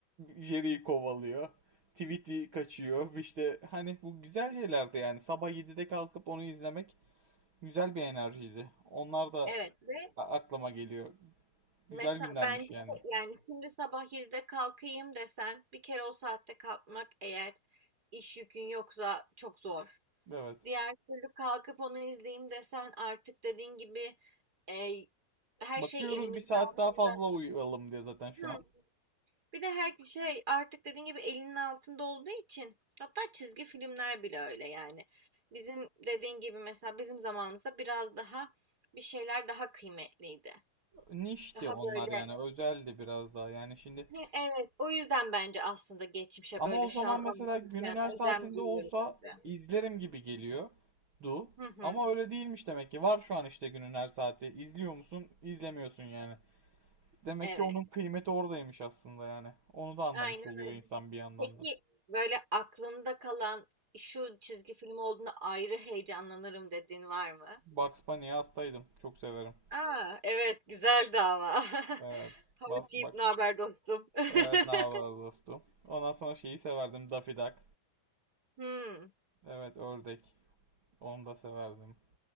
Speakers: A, on the right (about 80°); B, on the right (about 20°).
A: Jerry'i kovalıyor. Tweety kaçıyor. İşte hani bu güzel şeylerdi yani. Sabah yedide kalkıp onu izlemek güzel bir enerjiydi. Onlar da
B: Evet ve
A: a- aklıma geliyor. Güzel
B: mesela
A: günlermiş
B: bence de
A: yani.
B: yani şimdi sabah 7'de kalkayım desen bir kere o saatte kalkmak eğer iş yükün yoksa çok zor.
A: Evet.
B: Diğer türlü kalkıp onu izleyeyim desen artık dediğin gibi e, her
A: Bakıyoruz
B: şey elimizin
A: bir saat
B: altında.
A: daha fazla uyuyalım diye zaten şu
B: Hı.
A: an.
B: Bir de her şey artık dediğin gibi elinin altında olduğu için hatta çizgi filmler bile öyle yani. Bizim dediğin gibi mesela bizim zamanımızda biraz daha bir şeyler daha kıymetliydi.
A: Nişti
B: Daha
A: onlar
B: böyle
A: yani özeldi biraz daha yani şimdi.
B: He, evet o yüzden bence aslında geçmişe
A: Ama
B: böyle
A: o
B: şu
A: zaman
B: an
A: mesela
B: anlatırken
A: günün her saatinde
B: özlem duyuyoruz
A: olsa
B: gibi.
A: izlerim gibi geliyor. Du.
B: Hı hı,
A: Ama öyle değilmiş demek ki. Var şu an işte günün her saati. İzliyor musun? İzlemiyorsun yani. Demek
B: evet
A: ki onun kıymeti oradaymış aslında yani. Onu da anlamış
B: aynen
A: oluyor
B: öyle.
A: insan bir yandan
B: Peki
A: da.
B: böyle aklında kalan şu çizgi film olduğunda ayrı heyecanlanırım dediğin var mı?
A: Bugs Bunny'ye hastaydım. Çok severim.
B: Aa, evet güzeldi ama. <laughs>
A: Evet.
B: Havuç
A: Bas,
B: yiyip
A: bak.
B: ne haber dostum? <laughs>
A: Evet, ne haber dostum? Ondan sonra şeyi severdim. Daffy Duck.
B: Hmm,
A: Evet, ördek. Onu da severdim.